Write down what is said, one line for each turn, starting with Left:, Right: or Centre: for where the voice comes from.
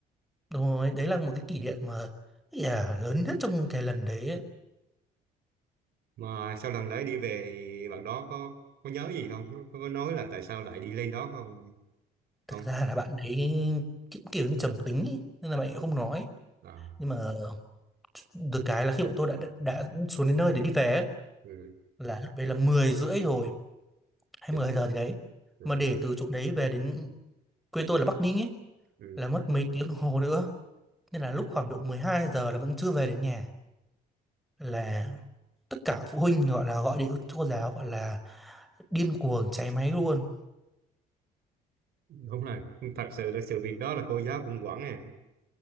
Centre: Đúng rồi, đấy là một cái kỷ niệm mà yeah, lớn nhất trong cái lần đấy ấy.
Right: mà sau lần đấy đi về thì bạn đó có có nhớ gì không có, có nói là tại sao lại đi lên đó không
Centre: thực
Right: không
Centre: ra là bạn ấy cũng kiểu như trầm tính ý, nên là bạn ấy không nói
Right: à
Centre: nhưng mà được cái là khi bọn tôi đã đã, đã xuống đến nơi để đi về ấy,
Right: ừ.
Centre: là lúc đấy là 10 rưỡi rồi hay
Right: Để-
Centre: 10 giờ gì đấy
Right: ừ.
Centre: mà để từ chỗ đấy về đến quê tôi là Bắc Ninh ấy
Right: ừ.
Centre: là mất mấy tiếng đồng hồ nữa nên là lúc khoảng độ 12 giờ là vẫn chưa về đến nhà là tất cả phụ huynh gọi là gọi điện cho cô giáo gọi là điên cuồng cháy máy luôn
Right: đúng là thật sự là sự việc đó là cô giáo cũng quản à